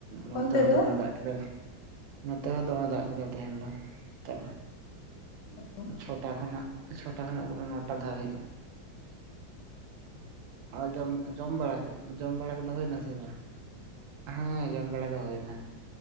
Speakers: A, on the right (about 80°); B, on the left (about 70°).
A: ᱱᱚᱛᱮ
B: ᱚᱱᱛᱮ
A: ᱦᱚᱸ
B: ᱫᱚ
A: ᱫᱚᱢᱮ ᱫᱟᱜ ᱠᱮᱫᱟᱭ᱾ ᱱᱚᱛᱮ ᱦᱚᱸ ᱫᱚᱢᱮ ᱫᱟᱜ ᱠᱮᱫᱟᱭ ᱛᱮᱦᱮᱱ ᱫᱚ ᱥᱮᱛᱟᱜ ᱠᱷᱚᱱ᱾
B: <inaudible>
A: ᱪᱷᱚᱴᱟ ᱠᱷᱚᱱᱟᱜ ᱪᱷᱚᱴᱟ ᱠᱷᱚᱱᱟᱜ ᱯᱩᱨᱟᱹ ᱢᱚᱴᱟ ᱱᱚᱴᱟ ᱫᱷᱟᱹᱵᱤᱡ᱾ ᱟ ᱡᱚᱢ ᱡᱚᱢ ᱵᱟᱲᱟ ᱠᱮᱜ ᱡᱚᱢ ᱵᱟᱲᱟ ᱠᱚᱫᱚ ᱦᱳᱭᱱᱟ ᱥᱮ ᱵᱟᱝ? ᱦᱮᱸ ᱡᱚᱢ ᱵᱟᱲᱟ ᱫᱚ ᱦᱩᱭᱱᱟ᱾